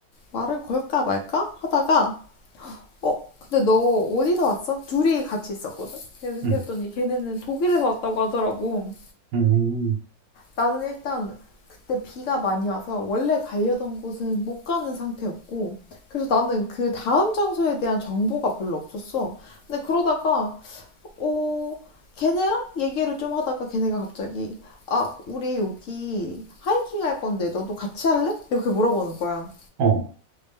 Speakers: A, on the left (about 65°); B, on the right (about 70°).
A: 말을 걸까 말까 하다가 어 근데 너 어디서 왔어? 둘이 같이 있었거든. 그래-
B: 응
A: 그랬더니 걔네는 독일에서 왔다고 하더라고.
B: 응
A: 나는 일단 그때 비가 많이 와서 원래 가려던 곳은 못 가는 상태였고, 그래서 나는 그 다음 장소에 대한 정보가 별로 없었어. 근데 그러다가, 어, 걔네랑 얘기를 좀 하다가 걔네가 갑자기, 아, 우리 여기 하이킹 할 건데 너도 같이 할래? 이렇게 물어보는 거야.
B: 어,